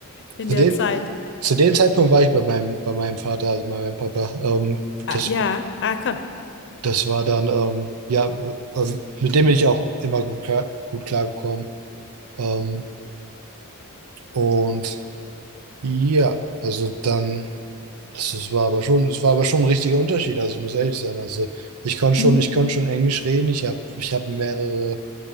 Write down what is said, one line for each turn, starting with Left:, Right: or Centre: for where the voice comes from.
Left: in
Right: Zu
Left: der
Right: dem,
Left: Zeit?
Right: zu dem Zeitpunkt war ich bei meinem, bei meinem Vater, also bei meinem Papa. Ähm,
Left: Ah,
Right: das,
Left: ja. Ah, ko
Right: das war dann, ähm, ja, ähm, mit dem bin ich auch immer gut klar, gut klargekommen. Ähm, und ja, also dann. Das, das war aber schon, das war aber schon ein richtiger Unterschied. Also ich muss ehrlich sein. Also ich konnte
Left: Mhm.
Right: schon, ich konnte schon Englisch reden. Ich habe, ich habe mehrere,